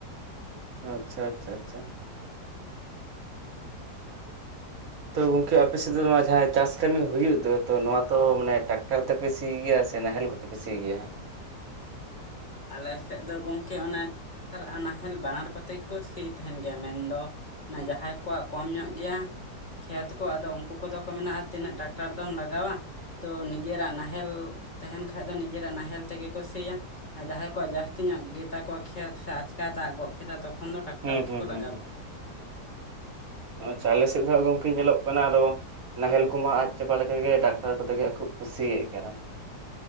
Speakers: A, on the right; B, on the left.
A: ᱚ ᱟᱪᱪᱷᱟ ᱟᱪᱪᱷᱟ ᱟᱪᱪᱷᱟ᱾ ᱛᱚ ᱜᱚᱝᱠᱮ ᱟᱯᱮ ᱥᱮᱫ ᱫᱚ ᱱᱚᱣᱟ ᱡᱟᱦᱟᱸ ᱪᱟᱥ ᱠᱟᱹᱢᱤ ᱦᱩᱭᱩᱜ ᱫᱚ ᱛᱚ ᱱᱚᱣᱟ ᱛᱚ ᱢᱟᱱᱮ ᱴᱨᱟᱠᱴᱟᱨ ᱛᱮᱯᱮ ᱥᱤ ᱜᱮᱭᱟ ᱥᱮ ᱱᱟᱦᱮᱞ ᱥᱤᱭ ᱜᱮᱭᱟ ᱦᱟᱜ?
B: ᱟᱞᱮ ᱥᱮᱜ ᱫᱚ ᱜᱚᱝᱠᱮ ᱚᱱᱟ ᱟᱨ ᱟᱨ ᱱᱟᱦᱮᱞ ᱵᱟᱱᱟᱨ ᱠᱚᱛᱮ ᱜᱮᱠᱚ ᱥᱤᱭ ᱛᱟᱦᱮᱱ ᱜᱮᱭᱟ ᱢᱮᱱᱫᱚ ᱚᱱᱟ ᱡᱟᱦᱟᱸᱭ ᱠᱚᱣᱟᱜ ᱠᱚᱢ ᱧᱚᱜ ᱜᱮᱭᱟ ᱠᱷᱮᱛ ᱠᱚ ᱟᱫᱚ ᱩᱱᱠᱩ ᱠᱚᱫᱚ ᱠᱚ ᱢᱮᱱᱟ ᱟᱨ ᱛᱤᱱᱟᱹᱜ ᱴᱨᱟᱠᱴᱟᱨ ᱫᱚᱢ ᱞᱟᱜᱟᱣᱟ ᱛᱚ ᱱᱤᱡᱮᱨᱟᱜ ᱱᱟᱦᱮᱞ ᱛᱟᱦᱮᱱ ᱠᱷᱟᱡ ᱫᱚ ᱱᱤᱡᱮᱨᱟᱜ ᱱᱟᱦᱮᱞ ᱛᱮᱜᱮ ᱠᱚ ᱥᱤᱭᱟ᱾ ᱟᱨ ᱡᱟᱦᱟᱸᱭ ᱠᱚᱣᱟᱜ ᱡᱟᱹᱥᱛᱤ ᱧᱚᱜ ᱜᱮᱛᱟ ᱠᱚᱣᱟ ᱠᱷᱮᱛ ᱥᱮ ᱟᱪᱠᱟ ᱫᱟᱜ ᱜᱚᱜ ᱠᱮᱫᱟ ᱛᱚᱠᱷᱚᱱ ᱫᱚ ᱴᱨᱟᱠᱴᱟᱨ
A: ᱦᱩᱸ
B: ᱛᱮᱠᱚ
A: ᱦᱩᱸ
B: ᱞᱟᱜᱟ
A: ᱦᱩᱸ ᱦᱩᱸ ᱟᱪᱪᱷᱟ ᱟᱞᱮ ᱥᱮᱜ ᱫᱚᱦᱟᱸᱜ ᱜᱚᱝᱠᱮ ᱧᱮᱞᱚᱜ ᱦᱩᱭᱩᱜ ᱠᱟᱱᱟ ᱟᱫᱚ ᱱᱟᱦᱮᱞ ᱠᱚᱢᱟ ᱟᱫ ᱪᱟᱵᱟ ᱞᱮᱠᱟ ᱜᱮ ᱰᱟᱠᱛᱟᱨ ᱠᱚᱛᱮᱜᱮ ᱠᱷᱩᱵ ᱠᱩᱥᱤ ᱠᱟᱱᱟ᱾